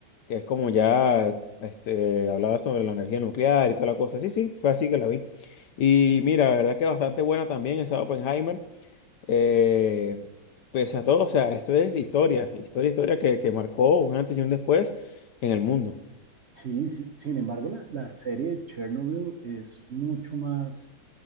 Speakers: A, on the left; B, on the right.
A: que es como ya este, hablaba sobre la energía nuclear y toda la cosa. Sí, sí, fue así que la vi. Y mira, la verdad que bastante buena también esa Oppenheimer. Eh, pese a todo, o sea, eso es historia, historia, historia que, que marcó un antes y un después en el mundo.
B: Sí, sí, sin embargo, la, la serie de Chernobyl es mucho más.